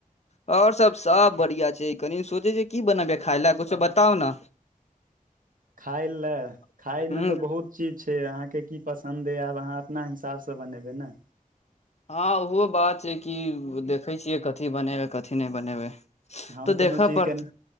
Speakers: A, on the left (about 50°); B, on the right (about 65°).
A: और सब सब बढ़ियाँ छै, कनि सोचे छै, की बनबै खााय लए, कुछो बताउ ने?
B: खााय लए
A: न
B: खायमे तऽ बहुत चीज छै अहाँके की पसन्द अइ आब अहाँ अपना हिसाबसँ बनेबै न।
A: हँ ओहो बात छै कि देखै छियै कथी बनेबै कथी नइ बनेबै।
B: हम
A: तऽ
B: कोनो
A: देखऽ
B: चीज
A: पड़त
B: के